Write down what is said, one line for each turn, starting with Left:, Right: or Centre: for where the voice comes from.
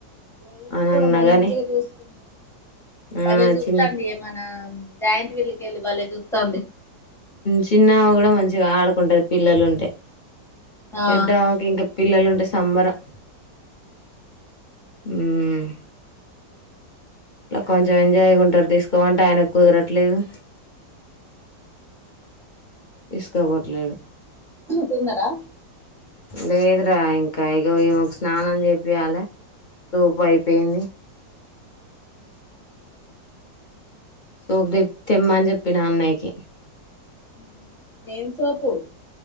Centre: వైం
Left: అని
Centre: కూడా
Left: అన్నగాని
Centre: మంచిగా చూసుకుంటాంది
Left: ఆ
Centre: వాళ్ళ చూస్తుంది
Left: చిన్
Centre: ఏమనా జాయింట్ వీళ్ళకి వెళ్ళి వాళ్ళ చూత్తాంది
Left: చిన్నమ కూడా మంచిగా ఆడుకుంటది పిల్లలు ఉంటే
Centre: ఆ
Left: పెద్దాకి ఇంకా పిల్లలు ఉంటే సంబరం ఉమ్ కొంచెం ఎంజాయ్ ఉంటారు తీసుకో అంటే ఆయన కుదరట్లేదు ఇస్ కబుర్లే డు
Centre: తిన్నరా
Left: లేదురా ఇంకా ఇగ ఈ మాకు స్నానం చెపియాలి సోపు అయిపోయింది సోపుది తెమ్మ అని చెప్పి నా అన్నయికి
Centre: ఉమ్ ఎమ్ సోపు